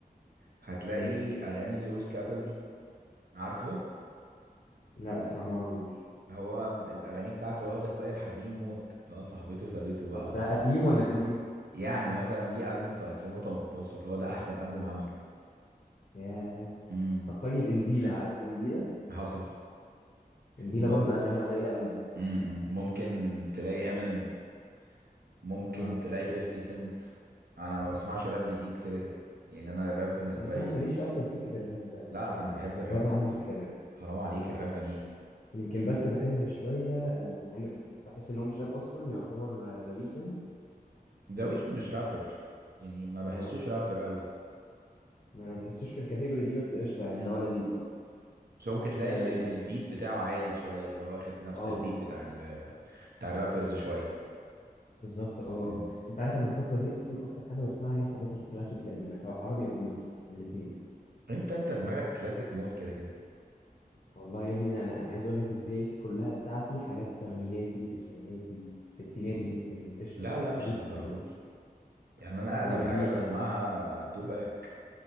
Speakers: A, on the right (about 75°); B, on the left (about 45°).
A: هتلاقي
B: تمام
A: اغاني لويس كابل دي عارفه
B: لا الصراحه ما اعرفوش
A: هو الاغاني بتاعته واخده ستايل حزين موت هو صاحبته سابته بقى
B: طب ده
A: و...
B: قديم ولا جديد
A: يعني مثلا ليه البوم في 2018 هو ده احسن البوم عمله
B: ياه
A: امم
B: فكرني بانديلا عارف انديلا
A: حصل
B: انديلا
A: مم...
B: برضه اغانيها قليله قوي
A: مم. مم. ممكن تلاقي امينيم ممكن
B: اه
A: تلاقي
B: طب ده
A: 50 سنت انا ما بسمعش راب جديد كده كده يعني انا الراب بالنسبه
B: انا الصراحه
A: لي ال-
B: ماليش اصلا في سكه الراب قوي
A: لا لا
B: يعني
A: انا بحب
B: بره
A: الراب جدا
B: عني سكه الراب
A: حرام عليك
B: اه
A: الراب جميل
B: يمكن بس بحب شويه آه، مع ان بحس ان هو مش راب اصلا يعتبر ذا ويكند
A: ذا ويكند مش رابر يعني ما بحسوش
B: اه
A: رابر قوي
B: ما انا ما بحسوش في الكاتيجوري دي بس قشطه يعني
A: امم
B: اللي هو لذيذ
A: بس هو ممكن تلاقي
B: اه
A: ال- ال- البيت بتاعه عالي شويه اللي هو واخد نفس
B: آه.
A: البيت بتاع ال بتاع الرابرز شويه
B: بالظبط اه آه.
A: مم.
B: انت عارف انا الفتره دي اصلا اكتر حاجه بسمعها هي الحاجات الكلاسيك القديمه سواء عربي او انجلش بس الاثنين
A: انت انت دماغك كلاسيك مود كده كده
B: والله يا ابني انا انا أنا عايز اقول لك البلاي ليست كلها بتاعتي حاجات تمانيناتي تسعيناتي ستيناتي ممكن قشطه
A: لا لا
B: انا
A: مش
B: بدوس
A: للدرجات
B: في كله
A: دي يعني انا
B: والله
A: اقدم
B: يا ابني
A: حاجه بسمعها
B: انا
A: توباك